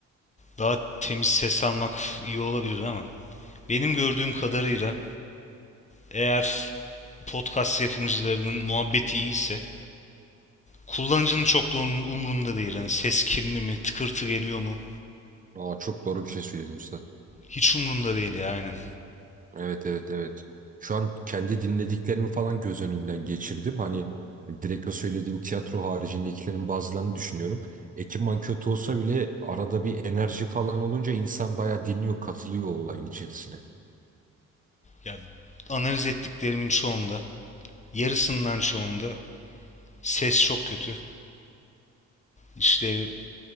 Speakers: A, on the left; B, on the right.
A: daha temiz ses almak iyi olabilir ama Benim gördüğüm kadarıyla eğer podcast yapımcılarının muhabbeti iyiyse kullanıcının çok da onun umrunda değil. Hani ses kirli mi, tıkırtı geliyor mu?
B: Aa, çok doğru bir şey söyledin usta.
A: Hiç umrunda değil ya aynen.
B: Evet evet evet. Şu an kendi dinlediklerimi falan göz önünden geçirdim. Hani direkt o söylediğim tiyatro haricindekilerin bazılarını düşünüyorum. Ekipman kötü olsa bile arada bir enerji falan olunca insan bayağı dinliyor, katılıyor o olayın içerisine.
A: Ya analiz ettiklerimin çoğunda, yarısından çoğunda ses çok kötü. İşte